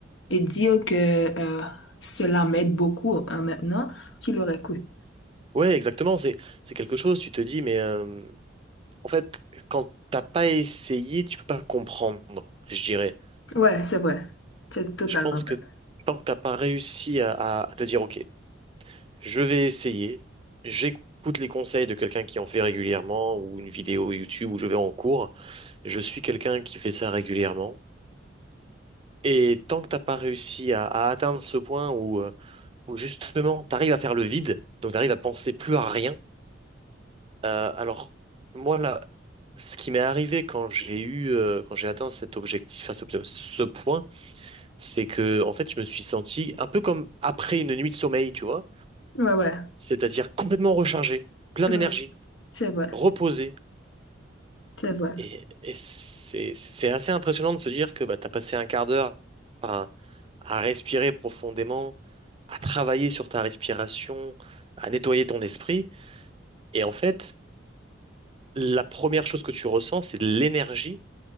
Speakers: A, on the left; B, on the right.
A: et dire que euh, cela m'aide beaucoup hein, maintenant qu'il aurait cru.
B: ouais, exactement. C'est, c'est quelque chose, tu te dis, mais euh, en fait, quand t'as pas essayé, tu peux pas comprendre, je dirais.
A: Ouais, c'est vrai. C'est totalement
B: Je pense
A: vrai.
B: que tant que t'as pas réussi à, à- à te dire, OK, Je vais essayer. J'écoute les conseils de quelqu'un qui en fait régulièrement ou une vidéo YouTube où je vais en cours. Je suis quelqu'un qui fait ça régulièrement. Et tant que t'as pas réussi à, à atteindre ce point où, euh, où justement t'arrives à faire le vide, donc t'arrives à penser plus à rien. euh, alors moi là, ce qui m'est arrivé quand j'ai eu, euh, quand j'ai atteint cet objectif, à ce, ce point, c'est que en fait je me suis senti un peu comme après une nuit de sommeil, tu vois,
A: Ouais, ouais.
B: c'est-à-dire complètement rechargé, plein
A: Ouais,
B: d'énergie,
A: c'est vrai,
B: reposé.
A: c'est vrai.
B: Et, et c'est c'est assez impressionnant de se dire que bah, tu as passé un quart d'heure à, à respirer profondément, à travailler sur ta respiration, à nettoyer ton esprit. Et en fait, la première chose que tu ressens, c'est de l'énergie